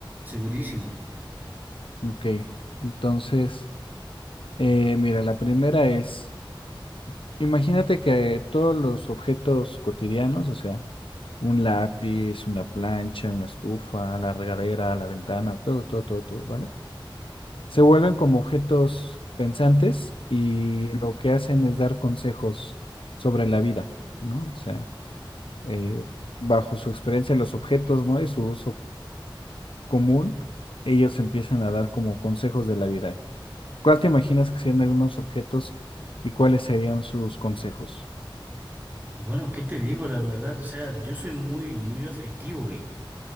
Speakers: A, on the right (about 20°); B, on the left (about 80°).
A: Segurísimo.
B: Ok, entonces, eh, mira, la primera es, imagínate que todos los objetos cotidianos, o sea, Un lápiz, una plancha, una estufa, la regadera, la ventana, todo, todo, todo, todo, ¿vale? Se vuelven como objetos pensantes y lo que hacen es dar consejos sobre la vida, ¿no? O sea, eh, bajo su experiencia, los objetos, ¿no? Y su uso común, ellos empiezan a dar como consejos de la vida. ¿Cuál te imaginas que serían algunos objetos y cuáles serían sus consejos?
A: Bueno, ¿qué te digo? La verdad, o sea, yo soy muy, muy objetivo y